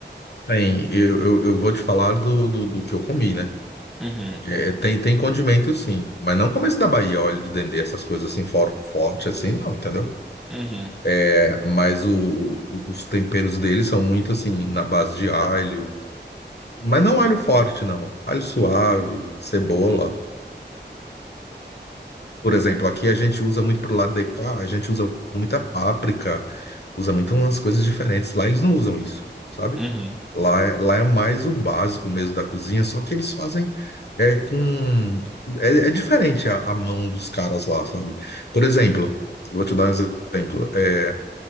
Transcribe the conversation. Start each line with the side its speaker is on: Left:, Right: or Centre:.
Left: Tem. Eu, eu, eu vou te falar do, do, do que eu comi, né?
Centre: Uhum,
Left: É, tem, tem condimento sim, mas não como esse da Bahia, óleo de dendê, essas coisas assim, fora, forte assim, não, entendeu?
Centre: uhum,
Left: É, mas o, o- os temperos deles são muito assim, na base de alho, mas não alho forte, não. Alho suave, cebola. Por exemplo, aqui a gente usa muito pro lado de cá, a gente usa muita páprica, usa muito umas coisas diferentes. Lá eles não usam isso, sabe?
Centre: uhum,
Left: Lá, é- lá é mais o básico mesmo da cozinha, só que eles fazem é, com. É, é diferente a, a mão dos caras lá, sabe? Por exemplo, eu vou te dar um exemplo. É,